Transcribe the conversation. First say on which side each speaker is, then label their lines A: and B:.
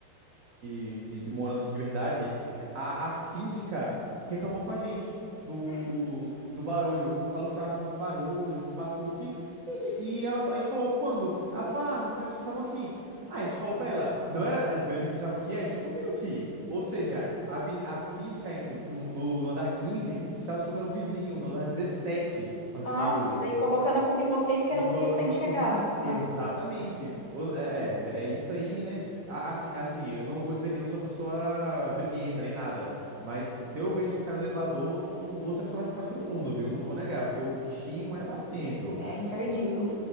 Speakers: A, on the right; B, on the left.
A: de, de, de morando aqui de verdade, a, a síndica reclamou com a gente do,
B: Hum.
A: do barulho. Falou que tava tendo muito barulho, muito batuque. E, de- e ela, a gente falou, quando? Ela falou, ah, no primeiro dia que estavam aqui. Ah, a gente falou pra ela, não era, no primeiro dia que a gente tava aqui, a gente não dormiu aqui. Ou seja, a, vi- a síndica no, no, no andar 15 estava escutando o vizinho no andar 17 fazendo
B: Nossa,
A: barulho.
B: e colocando a culpa em vocês que
A: E
B: eram
A: colocando
B: os recém-chegados.
A: a culpa na.
B: Ah,
A: Exatamente. O- É, é, é isso aí, né? A- Assim, assim, eu não vou dizer, eu não sou uma pessoa briguenta nem nada. Mas se eu vejo esse cara no elevador, não, não vou ser a pessoa mais simpática do mundo, viu? Não vou negar, porque o bichinho é barulhento.
B: é encardido.